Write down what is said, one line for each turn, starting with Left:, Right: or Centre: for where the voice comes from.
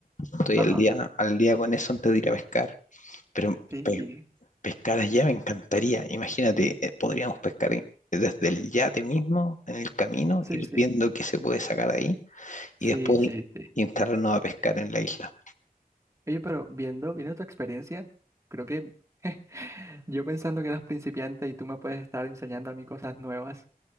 Left: Estoy
Right: ajá,
Left: al día, al día con eso antes de ir a pescar. Pero
Right: sí,
Left: pe-
Right: sí,
Left: pescar allá me encantaría. Imagínate, eh, podríamos pescar en- desde el yate mismo, en el camino,
Right: sí,
Left: ir
Right: sí,
Left: viendo qué se puede sacar ahí y
Right: sí,
Left: después
Right: sí, sí.
Left: instalarnos a pescar en la isla.
Right: Oye, pero viendo, viendo tu experiencia, creo que <laughs> yo pensando que eras principiante y tú me puedes estar enseñando a mí cosas nuevas.